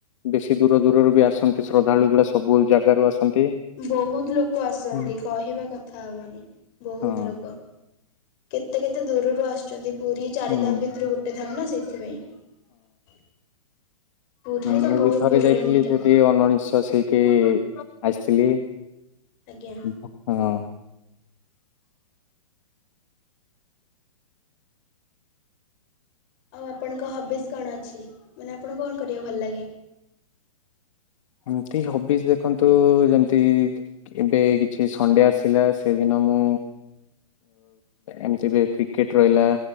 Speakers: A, on the left (about 60°); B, on the left (about 40°).
A: ବେଶି ଦୂର ଦୂରରୁ ବି ଆସନ୍ତି ଶ୍ରଦ୍ଧାଳୁ ଗୁଳା। ସବୁ ଜାଗାରୁ ଆସନ୍ତି।
B: ବହୁତ ଲୋକ ଆସନ୍ତି,
A: ହୁଁ
B: କହିବା କଥା ହବନି, ବହୁତ
A: ହଁ
B: ଲୋକ। କେତେ କେତେ ଦୂରରୁ ଆସୁଛନ୍ତି। ପୁରୀ ଚାରି
A: ହୁଁ
B: ଧାମ ଭିତରୁ ଗୋଟେ ଧାମ, ନା ସେଇଥିପାଇଁ। ପୁରୀରେ
A: ହଁ, ମୁଁ
B: ତ ବହୁତ
A: ବି ଥରେ
B: ଭିଡ଼
A: ଯାଇଥିଲି।
B: ଏନି ଟାଇମ୍
A: ସେଠି ଅଣନିଃଶ୍ବାସୀ ହେଇକି ଆସିଥିଲି।
B: ଆଜ୍ଞା।
A: <inaudible> ହଁ।
B: ଆଉ ଆପଣଙ୍କ ହବିଜ କଣ ଅଛି? ମାନେ, ଆପଣଙ୍କୁ କଣ କରିବାକୁ ଭଲ ଲାଗେ?
A: ଏମିତି ହବିଜ ଦେଖନ୍ତୁ? ଯେମିତି ଏବେ କିଛି ସଣ୍ଡେ ଆସିଲା, ସେଦିନ ମୁଁ ଏମିତି ବି କ୍ରିକେଟ ରହିଲା,